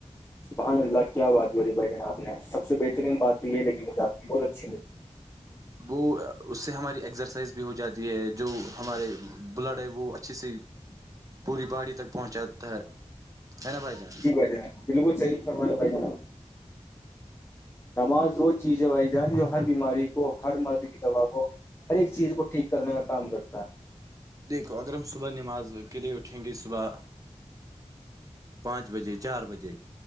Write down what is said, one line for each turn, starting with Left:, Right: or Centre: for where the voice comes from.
Left: بھائی اللہ کیا بات بولیے بھائی جان آپ نے سب سے بہترین بات تو یہ لگی مجھے آپ کی بہت اچھی لگی
Right: وہ اس سے ہماری ایکزرسائز بھی ہو جاتی ہے جو ہمارے بلڈ ہے وہ اچھے سے پوری باڑی تک پہنچاتا ہے ہے نا بھائی جان
Left: جا بلکل صحیح فرماے بھائی جان نماز وہ چیز ہے بھائی جان جو ہر بیماری کو ہر مرد کی دوا کو ہر ایک چیز کو ٹھیک کرنے کا کام کرتا ہے
Right: دیکھو اگر ہم صبح نماز کے لیے اٹھیں گے صبح پانچ بجے چار بجے